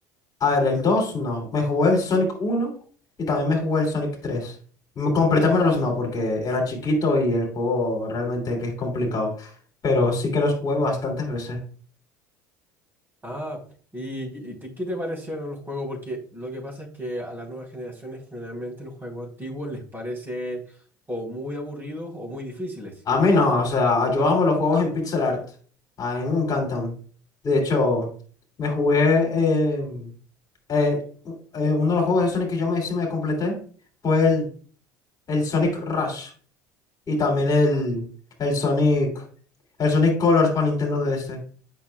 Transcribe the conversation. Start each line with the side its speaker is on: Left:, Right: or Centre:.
Left: A ver, el 2 no. Me jugué el Sonic uno y también me jugué el Sonic tres. Mm, Completármelos no, porque era chiquito y el juego realmente que es complicado. Pero sí que los jugué bastantes veces.
Right: Ah, ¿y, y te- qué te parecieron los juegos? Porque lo que pasa es que a las nuevas generaciones generalmente los juegos antiguos les parecen o muy aburridos o muy difíciles.
Left: A mí no, o sea, yo amo los juegos en pixel art. A mí me encantan. De hecho, me jugué. eh, eh, u- eh, uno de los juegos de Sonic que yo me, sí me completé fue el, el Sonic Rush y también el,
Right: Ah,
Left: el Sonic, el Sonic Colors para Nintendo DS.